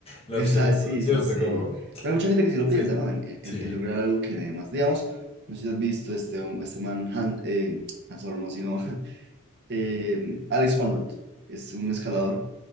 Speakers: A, on the left; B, on the right.
A: lo
B: Esa,
A: absoluto,
B: sí,
A: ¿cierto?
B: sí, sí.
A: Como,
B: Pero hay mucha gente que sí lo
A: sí,
B: piensa, ¿no? En, en-
A: sí,
B: en lograr algo que demás. Digamos, no sé si has visto este, hom- este man, Han, eh, Han Solo, no, sino eh, Alex von Holt es un escalador
A: sí,